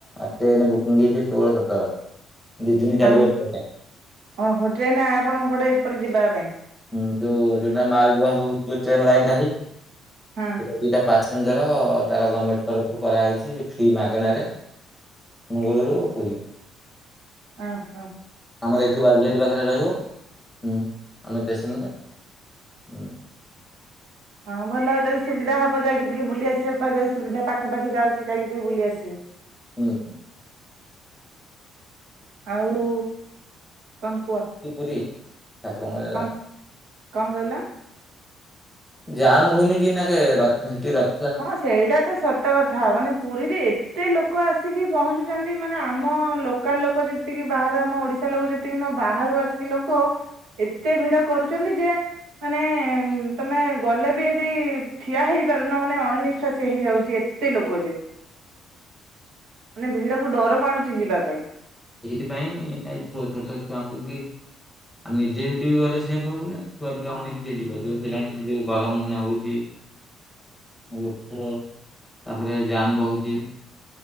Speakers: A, in the centre; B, on the right (about 75°).
A: ସେନେ ବୁକିଂ ହେଛି ଷୋଳ, ସତର ଦି ଦିନ ଚାଲିବ
B: ଆମ
A: ଟ୍ରେନ।
B: ଅ ଟ୍ରେନ ନା ଆ ଆପଣଙ୍କ ପଡେ ସେପଟ ଯିବା ପାଇଁ।
A: ହୁଁ ତ ଦିଟା ମାଲ ବୁହା ବ ଟ୍ରେନ ଲାଇନ ଟା ହେଇଛି
B: ହଁ
A: ସେ ଦଇଟା ପ୍ୟାସେଞ୍ଜର ତାର ଗଭର୍ଣ୍ଣମେଣ୍ଟ ତରଫରୁ କରାହେଇଛି ଫ୍ରି ମାଗଣାରେ ମୁଙ୍ଗୁଳୁରୁ, ପୁରୀ
B: ହ ହ <inaudible>
A: ଆମର ଏଇଠି ବାଇଘଟି ପାଖରେ ରହିବଁ ଆମେ ଷ୍ଟେସନରେ ହଁ
B: ହଁ ଭଲ ଯଦି ସୁବିଧା ହବ ଯାଇକ ଟିକେ ବୁଲି ଆସିବେ ଯଦି ସୁବିଧା ପାଖାପାଖି ଯାଉଛି ଯାଇକି ଟିକେ ବୁଲି ଆସିବେ।
A: ହୁଁ ହୁଁ।
B: ଆଉ କଣ କୁହ
A: ପୁରୀ ଠାକୁରଙ୍କର
B: କଣ
A: ଯା।
B: କଣ କହିଲ?
A: ଜାମ୍ ହଉନି କି ଏନା କେ ର ସେଠୀ ରଥ।
B: ହଁ ସେଇଟା ତ ସତ କଥା? ମାନେ ପୁରୀରେ ଏତେ ଲୋକ? ଲୋକ ଆସିକି ପହଞ୍ଚୁଛନ୍ତି। ମାନେ ଆମ ଲୋକାଲ ଲୋକ ଯେତିକି ବାହାର ଆମ ଓଡିଶା ଲୋକ ଯେତିକି ନୁହ ବାହାରୁ ଆସିକି ଲୋକ ଏତେ ଭିଡ କରୁଛନ୍ତି ଯେ? ମାନେ ତମେ ଗଲେ ବି ସେଠି ଠିଆ ହେଇପାରୁନ। ନାଇଁ ଅଣନିଶ୍ଵାସୀ ହେଇଯାଉଛି? ଏତେ ଲୋକ ଯେ ମାନେ ଭିଡକୁ ଡର ମଣୁ। ଯିବା ପାଇଁ
A: ସେଇଥିପାଇଁ ଛୋଟ ଛୁଆଙ୍କୁ କି ଆମେ ନିଜେ ସେଠି ବି ଗଲେ ସେ ବି ହବୁନି ଛୁଆ ପିଲାଙ୍କୁ ନେଇକି ଯିବ ଯୋଉ ହେଲାଣି ଯୋଉ ଗରମ ମନା ହଉଛିଁ ଲୋକ ତାପରେ ଜାମ ରହୁଛି